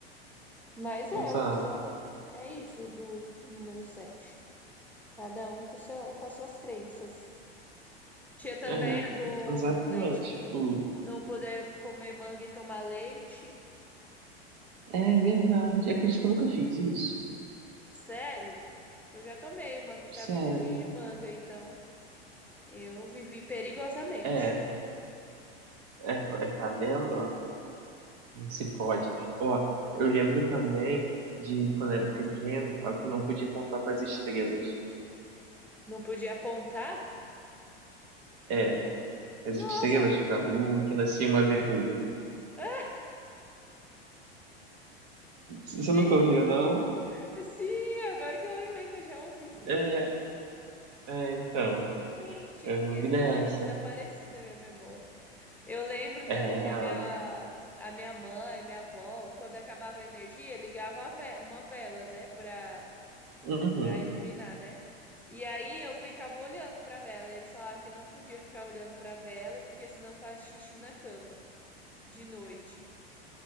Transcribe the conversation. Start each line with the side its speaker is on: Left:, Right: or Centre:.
Centre: Mas é,
Right: exato.
Centre: o pessoal, é isso do número 7. Cada um com, seu, com as suas crenças. Tinha também
Right: É,
Centre: a do,
Right: exatamente.
Centre: do leite,
Right: O-
Centre: não poder comer manga e tomar leite.
Right: É verdade. Eu acredito que eu nunca fiz isso.
Centre: Sério? Eu já tomei uma vitamina
Right: Sério.
Centre: de manga, então eu vivi perigosamente.
Right: É, é, é, tá vendo? Não se pode. Ó, eu lembro também de quando era pequeno, falar que não podia contar para as estrelas.
Centre: Não podia apontar?
Right: É,
Centre: Nossa!
Right: as estrelas para a lua, que nascia uma verruga.
Centre: Ah,
Right: Você
Centre: Gente,
Right: nunca ouviu, não?
Centre: sim, agora que eu lembrei que eu já ouvi sim,
Right: É, é, então.
Centre: eu não tinha
Right: Eu
Centre: esquecido,
Right: lembro dessa.
Centre: tinha desaparecido da minha memória. Eu lembro
Right: É,
Centre: ta- que a minha, a minha mãe, minha avó, quando acabava a energia, ligava a ve- uma vela, né, para
Right: uhum.
Centre: para iluminar, né? E aí eu ficava olhando para vela. E eles falavam que não podia ficar olhando para vela porque senão faz xixi na cama de noite.